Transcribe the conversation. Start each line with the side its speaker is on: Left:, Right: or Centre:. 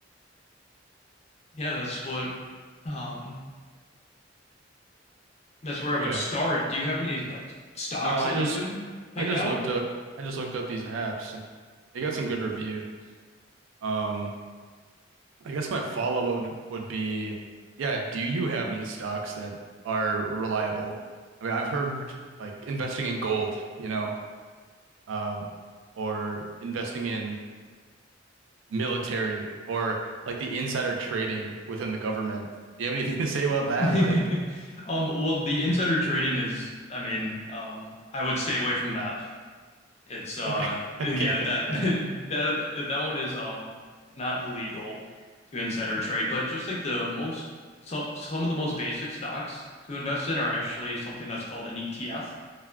Left: yeah, that's what um, that's where I would
Right: Okay.
Left: start. Do you have any like stocks
Right: No, I
Left: that
Right: just
Left: you would pick
Right: I just
Left: out?
Right: looked up I just looked up these apps and they got some good reviews. Um, I guess my follow-up would, would be, yeah, do you have any stocks that are reliable? I mean, I've heard like investing in gold, you know. um, or investing in military or like the insider trading within the government. Do you have anything <laughs> to say about that?
Left: <laughs>
Right: Like,
Left: Um, well, the insider trading is, I mean, um, I would stay away from that. It's uh
Right: okay, <laughs>
Left: yeah
Right: okay,
Left: that
Right: all
Left: <laughs>
Right: right.
Left: that that one is um not legal to insider trade, but just like the most so some of the most basic stocks to invest in are actually something that's called an ETF.